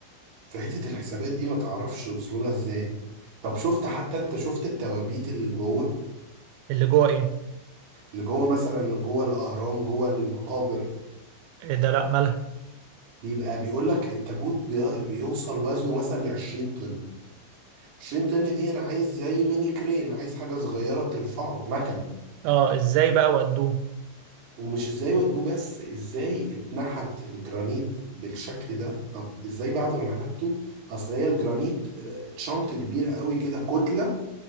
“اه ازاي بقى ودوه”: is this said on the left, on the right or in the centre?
Right